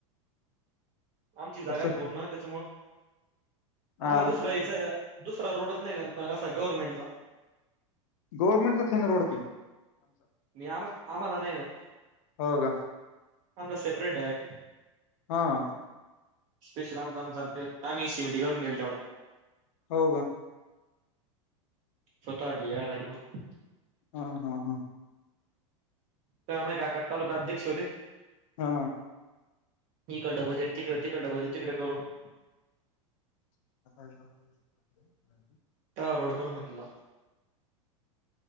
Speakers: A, on the right (about 45°); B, on the left (about 70°).
A: आमची जागा
B: तसं
A: आहे पूर्ण त्याच्यामु
B: हा
A: आम्हाला दुसरं याच. दुसरा रोडच नाही ना मग असा गव्हर्नमेंटचा
B: गव्हर्नमेंट तरथे ना रोडत.
A: मी आम आम्हाला नाही ना
B: हो का
A: आमचा सेपरेट डाय.
B: हा.
A: स्पेशल आमचा आमचा आमही शिमेट करून गेल तेवढा
B: हो का?
A: फतडी या सा मग
B: हा हा हा.
A: तर अम काका तालुका अध्यक्ष होती.
B: हा.
A: ही कड पाजे तिकडे त कडलंं पाहिजे तिकडे करून
B: आ.
A: त्या रोड पून निघला.